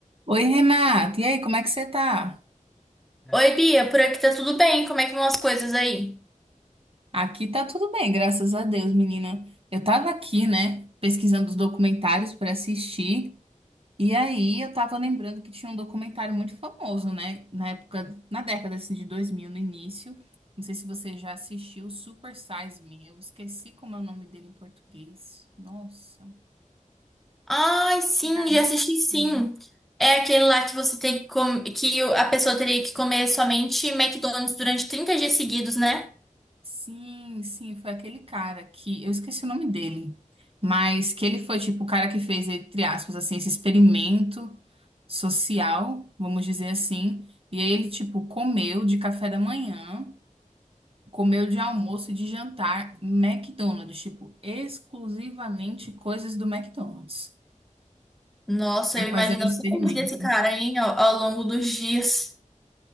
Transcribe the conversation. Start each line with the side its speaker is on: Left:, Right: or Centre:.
Right: Oi, Renata. E aí, como é que você tá?
Centre: Oi, Bia, por aqui tá tudo bem? Como é que vão as coisas aí?
Right: Aqui tá tudo bem, graças a Deus, menina. Eu tava aqui, né, pesquisando os documentários pra assistir. E aí, eu tava lembrando que tinha um documentário muito famoso, né, na época, na década assim, de 2000, no início. Não sei se você já assistiu Super Size Me. Eu esqueci como é o nome dele em português. Nossa. um
Centre: Ai, sim,
Right: Documentário
Centre: já
Right: bem
Centre: assisti sim.
Right: famosinho.
Centre: É aquele lá que você tem que com- que o- a pessoa teria que comer somente McDonald's durante 30 dias seguidos, né?
Right: Sim, sim, foi aquele cara que eu esqueci o nome dele, mas que ele foi tipo o cara que fez, entre aspas, assim, esse experimento social, vamos dizer assim. E aí ele, tipo, comeu de café da manhã, comeu de almoço e de jantar McDonald's, tipo, exclusivamente coisas do McDonald's,
Centre: Nossa,
Right: pra
Centre: eu imagino
Right: fazer um experimento.
Centre: a saúde desse cara, hein, ao, ao longo dos dias.